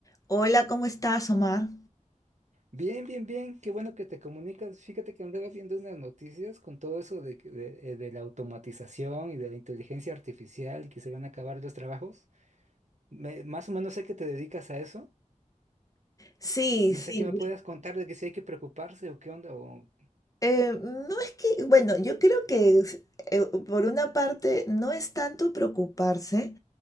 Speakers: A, on the left; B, on the right.
A: Hola, ¿cómo estás, Omar?
B: Bien, bien, bien, qué bueno que te comunicas. Fíjate que andaba viendo unas noticias con todo eso de, que- de- eh, de la automatización y de la inteligencia artificial, y que se van a acabar los trabajos. Me- más o menos sé que te dedicas a eso.
A: Sí,
B: No
A: sí.
B: sé qué me puedas contar de que si hay que preocuparse o qué onda. o-
A: Eh, no es que, bueno, yo creo que es, eh, por una parte no es tanto preocuparse,